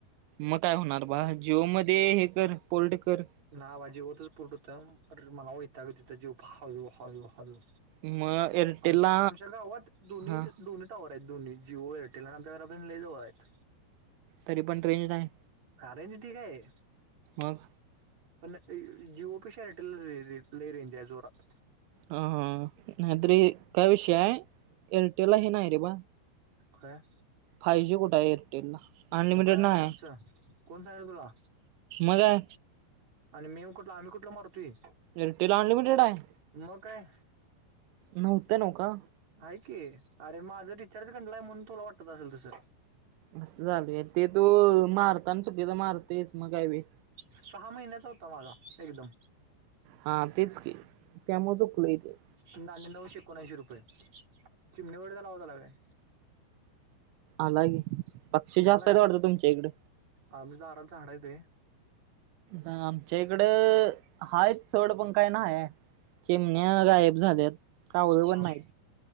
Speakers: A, on the right (about 85°); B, on the right (about 40°).
A: मग काय होणार बाळ जियो मध्ये हे कर पोर्ट कर.
B: नावा जेवतच होतच पुरट होत अरे मला वैतागच येतंय जेव हळू हळु हळु.
A: मग एअरटेलला
B: आमच्या आमच्या गावात दोन्
A: हा
B: दोन. टॉवर आहेत दोन्ही जिओ एअटेल आमच्या घरापासून लय जवळ आहेत.
A: तरी पण रेंज नाही
B: रेंज ठीक आहे
A: मग.
B: पण जियो पेक्षा एअरटेल ला लय रेंज हाय जोरात.
A: हा हा नाही तरी काय विषय हाय एअरटेल ला हे नाही रे बा.
B: काय.
A: फाय जी कुठे आहे एअरटेल ला अनलिमिटेड
B: मग काय
A: ना आहे.
B: आमचं कोण सांगितलं तुला
A: मला.
B: आणि मी कुठला आम्ही कुठला मरतोय.
A: एअरटेल अनलिमिटेड हाय.
B: म काय
A: नव्हतं नव का.
B: हाय की अरे माझ रिचार्ज गंडलाय म्हणून तुला वाटत असल तस
A: असं झालय ते तू मारताना चुकीचं मारतयस मग काय व्हील
B: सहा महिन्याचा हुता माझा एकदम
A: हा तेच की त्यामुळेच चुकलय ते
B: न आणि नऊशे एकोणऐंशी रुपये चिमण्या वरडतेला आवाज आला काय?
A: अलागी पक्षी
B: झालाय
A: जास्तयत वाटत तुमच्या इकड
B: आम्ही दारात झाडय ते
A: आमच्या इकड हायत सोड पण काय न्हायाय चिमण्या गायब झाल्यात. कावळं पण
B: थांब
A: नाहीत.